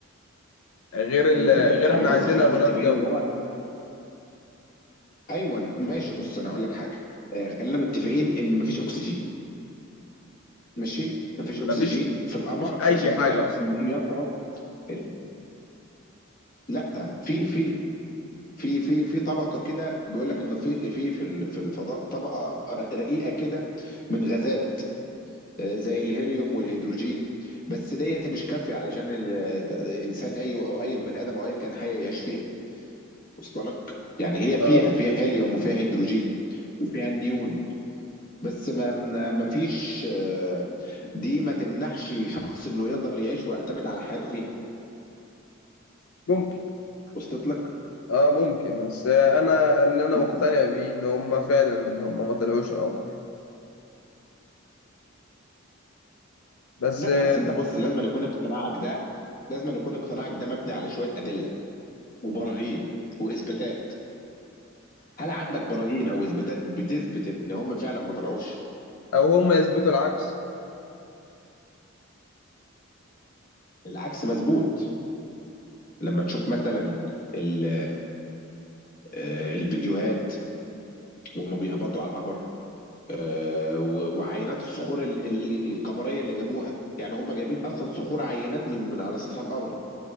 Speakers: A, on the left; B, on the left.
A: غير ال...
B: حلوه قوي
A: غير
B: احنا
A: احنا
B: بص
A: عندنا
B: خلينا
A: غلاف
B: متفقين
A: جوي
B: ان هو ايوه ماشي بص انا اقول لك حاجه آه، خلينا متفقين ان مفيش اكسجين ماشي مفيش
A: ما
B: اكسجين
A: فيش
B: في القمر
A: ما فيش
B: علشان
A: اي
B: كده
A: حاجه
B: م-
A: اصلا
B: يصعب ال- لا في في في في في طبقه كده بيقول لك ان في في في ال- في الفضاء طبقه ر- رقيقه كده من غازات آه، زي الهيليوم والهيدروجين بس ديت مش كافيه علشان ال- ت- انسان اي او اي بني ادم او اي كائن حي يعيش فيها وصل لك يعني هي فيها
A: اه
B: فيها هيليوم وفيها هيدروجين وفيها نيون بس ما ما ما فيش آه، دي ما تمنحش شخص انه يقدر يعيش ويعتمد على حياته فيها
A: ممكن
B: وصلت لك
A: اه ممكن بس انا اللي انا
B: لا
A: مقتنع بيه ان هم فعلا ان هم ما طلعوش القمر يعني بس
B: لا
A: آه،
B: اصل انت بص لازم أن يكون اقتناعك ده لازم أن يكون اقتناعك ده مبني على شويه ادله وبراهين واثباتات هل عندك براهين او اثباتات بتثبت ان هم فعلا ما طلعوش
A: او هم يثبتوا العكس
B: العكس مظبوط لما تشوف مثلا ال- آه، الفيديوهات وهم بيهبطوا على القمر آه، و- وعينات الصخور ال- ال- القمريه اللي جابوها يعني هم جايبين اصلا صخور عينات من من على سطح القمر